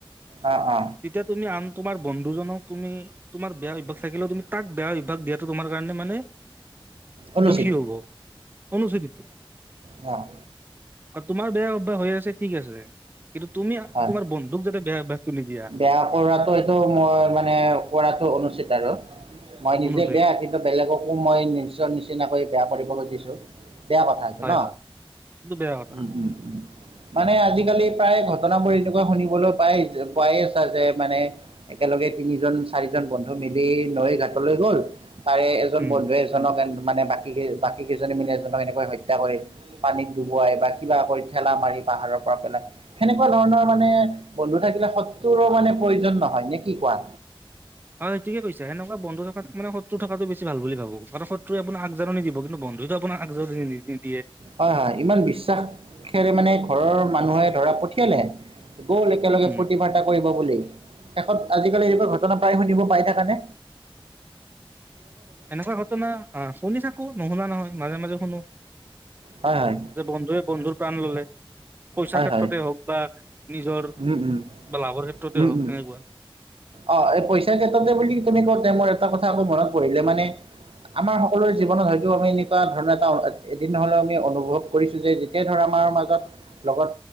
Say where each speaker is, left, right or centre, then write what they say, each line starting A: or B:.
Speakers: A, on the right; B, on the right.
A: অ অ
B: তেতিয়া তুমি আন তোমাৰ বন্ধুজনক তুমি তোমাৰ বেয়া অভ্যাস থাকিলেও তুমি তাক বেয়া অভ্যাস দিয়াটো তোমাৰ কাৰণে মানে
A: অনুচিত
B: দক্ষি হব অনুসূচিত।
A: অঁ।
B: তোমাৰ বেয়া অভ্যাস হৈ আছে ঠিক আছে। কিন্তু তুমি
A: হয়
B: তোমাৰ বন্ধুক যাতে বেয়া অভ্যাসটো নিদিয়া
A: বেয়া কৰাটো এইটো মই মানে কৰাটো অনুচিত আৰু। মই নিজে
B: অনুচিত
A: বেয়া কিন্তু বেলেগকো মই নিজৰ নিচিনাকৈ বেয়া কৰিব খুজিছো। বেয়া কথা এইটো
B: হয়
A: ন
B: হয় এইটো বেয়া কথা
A: উম, উম, উম মানে আজিকালি প্ৰায় ঘটনাবোৰ এনেকুৱা শুনিবলৈ পাই পাইয়ে আছা যে মানে একেলগে তিনিজন-চাৰিজন বন্ধু মিলি নৈ ঘাটলৈ গল তাৰে এজন
B: উম
A: বন্ধু এজনক মানে বাকী কেই বাকী কেইজনী মিলি এজনক এনেকৈ হত্যা কৰিল পানীত ডুবুৱাই বা কিবা কৰি ঠেলা মাৰি পাহাৰৰ পৰা পেলাই। সেনেকুৱা ধৰণৰ মানে বন্ধু থাকিলে সত্ৰুৰো মানে প্ৰয়োজন নহয় নে কি কোৱা?
B: হয় সেইটোকে কৈচা সেনেুৱা বন্ধু থকাতকৈ মানে শত্ৰু থকাতটো বেছি ভাল বুলি ভাবো। শত্ৰুৱে আপোনাক আগজাননি দিব কিন্ত বন্ধুতটো আপোনাক আগজাননি নিদিয়ে।
A: হয় হয় ইমান বিশ্বাসেৰে মানে ঘৰৰ মানুহে ধৰা পঠিয়ালে। গ'ল একেলগে
B: উম
A: ফূৰ্তি ফাৰ্তা কৰিব বুলি শেষত আজিকালি এনেকুৱা ঘ পাই শুনিব পাই থাকা নে?
B: এনেকুৱা ঘটনা আহ শুনি থাকো নশুনা নহয় মাজে মাজে শুনো
A: হয় হয়
B: যে বন্ধুৱে বন্ধুৰ প্ৰাণ ললে পইচাৰ
A: হয়
B: ক্ষেত্ৰতে
A: হয়
B: হওক বা নিজৰ
A: উম উম
B: লাভৰ ক্ষেত্ৰতে
A: উম
B: হওক
A: উম
B: সেনেকুৱা
A: অ এই পইচা ক্ষেত্ৰতে বুলি তেনেকুৱাতে মোৰ এটা কথা আকৌ মনত পৰিলে মানে আমাৰ সকলোৰে জীৱনত হয়তো আমি এনেকুৱা ধৰণৰ এটা এদিন নহলেও আমি অনুভৱ কৰিছো যেতিয়া ধৰা আমাৰৰ মাজত লগত